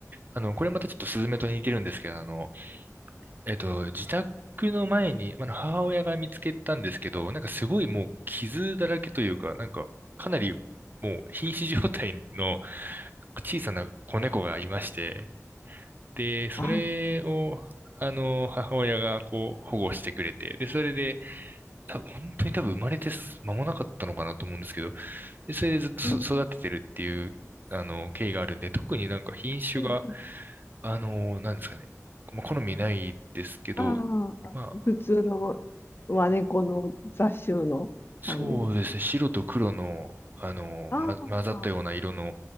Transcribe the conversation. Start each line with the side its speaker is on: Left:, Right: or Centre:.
Right: あの、これまたちょっとスズメと似てるんですけど、あの、えっと、自宅の前に、あの、母親が見つけたんですけど、なんかすごいもう傷だらけというか、なんかかなりもう瀕死状態の小さな子猫がいまして、で、それを、
Left: あ、
Right: あの、母親がこう保護してくれて、で、それで、た、本当に多分生まれてす間もなかったのかなと思うんですけど、で、それでずっとそ育ててるっていう、
Left: えー、
Right: あの、経緯があるんで、特になんか品種が、
Left: えー
Right: あの、なんですかね、まあ好みないですけど、
Left: あ
Right: ま
Left: ー、普通の和猫の雑種の感じでしたね。
Right: そうですね。白と黒の、あの、
Left: ああ、
Right: ま、混ざったような色の、